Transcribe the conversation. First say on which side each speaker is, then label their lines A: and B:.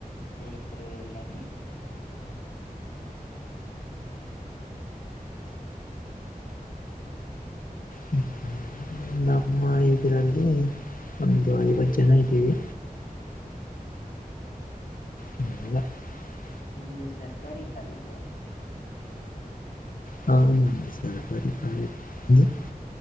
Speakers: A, on the left; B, on the left.
A: ಸ್ನೇಹಿತರು ಎಲ್ಲಾ
B: ಹ್ಮ್ <unintelligible> ನಮ್ಮ ಇದರಲ್ಲಿ ಒಂದು ಐವತ್ತು ಜನ ಇದ್ದೀವಿ ಹ್ಮ ಇಲ್ಲ <unintelligible>
A: ನಿಮ್ದ ಸರ್ಕಾರಿ ಕಾಲೇಜ
B: ಹೌದ ನ ಸರಿ <inaudible>